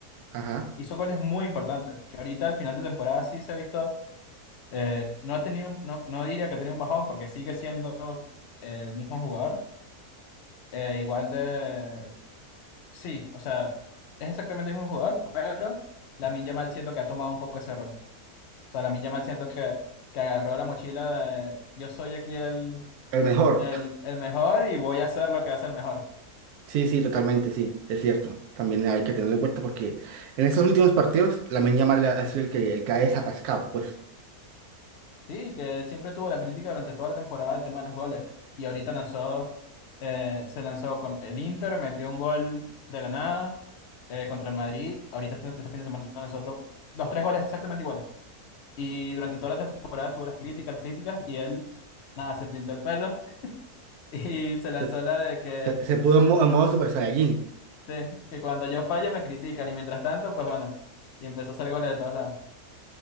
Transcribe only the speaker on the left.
hizo goles muy importantes, que ahorita al final de temporada sí se ha visto, eh, no ha tenido, un- no, no diría que ha tenido un bajón porque sigue siendo el mismo jugador, eh, igual de, sí, o sea, es exactamente el mismo jugador, pero Lamine Yamal siento que ha tomado un poco ese rol. O sea, Lamine Yamal siento que que agarró la mochila de yo soy aquí el,
El, el mejor y voy a hacer lo que hace el mejor.
Sí, que siempre tuvo la crítica durante toda la temporada el tema de los goles. Y ahorita lanzó, eh, se lanzó con el Inter, metió un gol de la nada eh, contra el Madrid. Ahorita este, este fin de semana lanzó otro, los tres goles exactamente iguales. Y durante toda la temporada tuvo las críticas, las críticas, y él, nada, se pintó el pelo <laughs> y se lanzó
la de que,
sí, que cuando yo fallo me critican y mientras tanto, pues bueno, y empezó a hacer goles de todos lados.